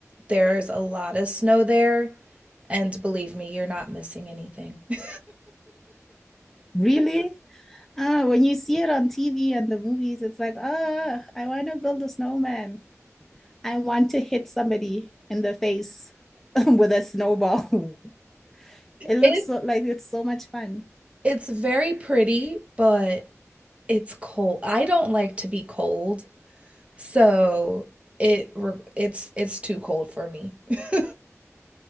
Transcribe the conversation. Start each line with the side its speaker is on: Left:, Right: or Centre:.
Right: there's a lot of snow there, and believe me, you're not missing anything. <laughs>
Centre: Really? Uh, when you see it on TV and the movies, it's like, oh, I want to build a snowman. I want to hit somebody in the face <laughs> with a snowball <laughs> It looks
Right: It
Centre: so like it's so much fun.
Right: it's very pretty, but it's cold. I don't like to be cold. So it re- it's it's too cold for me. <laughs>